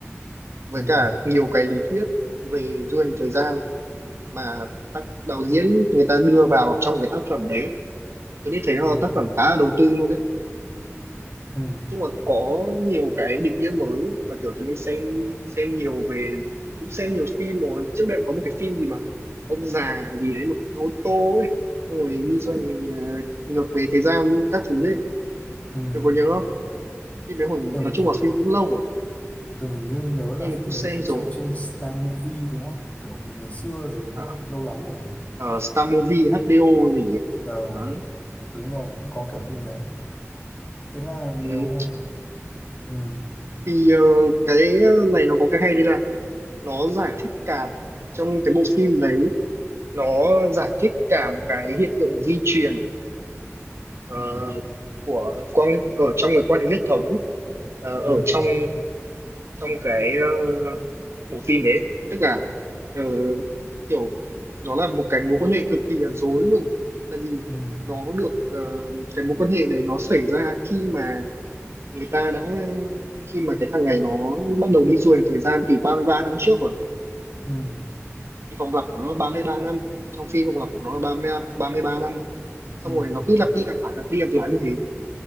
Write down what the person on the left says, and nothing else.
ừ
ừ
ừ
ừ
tưởng
Tường hình như nhớ là
phim
đấy được
chiếu trên Star Movie đúng không kiểu ngày xưa rồi đúng
không lâu lắm rồi
Ờ
đúng rồi cũng có kiểu phim đấy thế là
ờ, hôm ừ
ừ
ừ
ừ
ừ
ừ